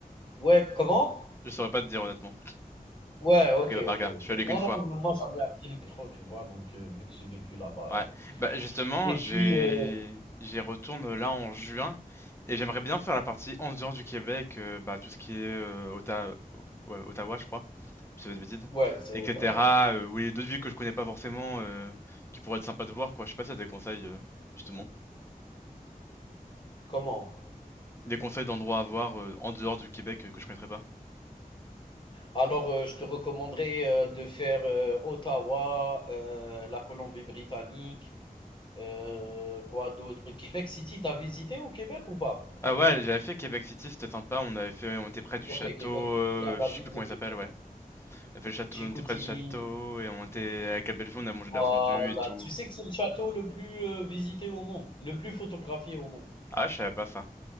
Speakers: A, on the left (about 30°); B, on the left (about 15°).
A: Ouais, comment
B: Je saurais pas te dire honnêtement.
A: Ouais, ok,
B: Cas par
A: ok,
B: cas. Je
A: ok.
B: suis allé
A: Non,
B: qu'une fois.
A: non, moi, j'avais appris le métro, tu vois. Donc, euh, vu que j'ai vécu là-bas.
B: Ouais.
A: euh.
B: Bah justement,
A: Et
B: j'ai
A: puis, euh,
B: j'y retourne là en juin et j'aimerais bien faire la partie en dehors du Québec, euh, bah tout ce qui est euh, Otta- ouais, Ottawa, je crois, je fais des bêtises,
A: ouais, c'est
B: etc.
A: Ottawa, ouais.
B: euh, ou les d'autres villes que je connais pas forcément, euh, qui pourraient être sympas de voir quoi. Je sais pas si t'as des conseils euh, justement,
A: Comment?
B: des conseils d'endroits à voir euh, en dehors du Québec euh, que je connaîtrais pas.
A: Alors, euh, je te recommanderais euh, de faire euh, Ottawa, euh, la Colombie-Britannique, Euh, quoi d'autre? Québec City, t'as visité au Québec ou pas?
B: Ah ouais, j'avais fait Québec City, c'était sympa. On avait fait, on était près du
A: Ok,
B: château,
A: Québec,
B: euh,
A: la, la
B: je sais
A: ville
B: plus
A: de
B: comment
A: Québec.
B: il s'appelle, ouais. On a fait le château,
A: Chicoutimi,
B: on était près du château et on était avec la belle on a mangé
A: voilà.
B: de la fondue et tout.
A: Tu sais que c'est le château le plus euh, visité au monde, le plus photographié au monde.
B: Ah, je savais pas ça.